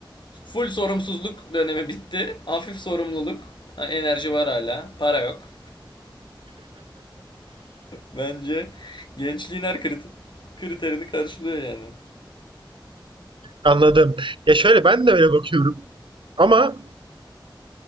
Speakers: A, on the left; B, on the right.
A: full sorumsuzluk dönemi bitti. Hafif sorumluluk. Ha, Enerji var hala. Para yok. Bence gençliğin her kriter kriterini karşılıyor yani.
B: anladım. Ya şöyle ben de öyle bakıyorum. Ama